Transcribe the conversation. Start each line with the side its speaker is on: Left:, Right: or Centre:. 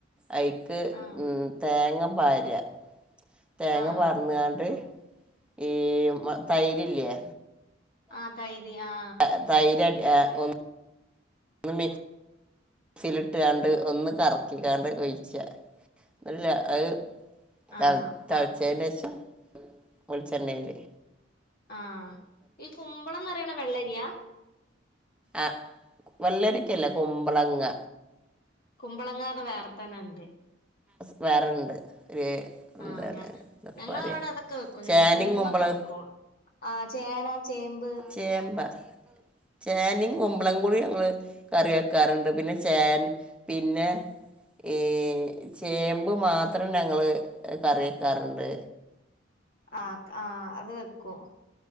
Centre: അയിക്ക്
Left: ആ
Centre: ഉം തേങ്ങ പാര്യാ തേങ്ങ
Left: ആ
Centre: പാർന്നാണ്ട് ഈ മ തൈരില്ലേ
Left: ആ തൈര് ആ..
Centre: അ തൈര് അ ഒന്ന് ന്ന് മിക്സിൽ ഇട്ട് കാണ്ട് ഒന്ന് കറക്കിക്കാണ്ട് ഒഴി ച അത് അ അവ്
Left: ആഹ്
Centre: തൾ
Left: അപ്പൊ
Centre: തൾച്ചേൻ്റെശം വെൾച്ചെണ്ണേല്
Left: ആ ഈ കുമ്പളന്നറിണ് വെള്ളരിയാ
Centre: അ വെള്ളരിക്കല്ല കുമ്പളങ്ങ
Left: കുമ്പളങ്ങാതെ വേറെത്തന്നെണ്ട്
Centre: സ് വേറെണ്ട് ഒരു എന്താണ്
Left: ആ ഞാ
Centre: എന്താപ്പ
Left: ഞങ്ങളവിടെ
Centre: പറയാ
Left: അതൊക്കെ വെക്കും
Centre: ചേനയും
Left: ചേമ്പൊക്കെ
Centre: കുമ്പളം
Left: വെക്കും ആ ചേന ചേമ്പ്
Centre: ചേമ്പ് ചേനയും കുമ്പ്ളം കൂടി ഞങ്ങള് കറി വെക്കാറുണ്ട് പിന്നെ ചേന പിന്നെ ഈ ചേമ്പ് മാത്രം ഞങ്ങള് കറിവെക്കാറുണ്ട്
Left: ആ ആ അത് വെക്കും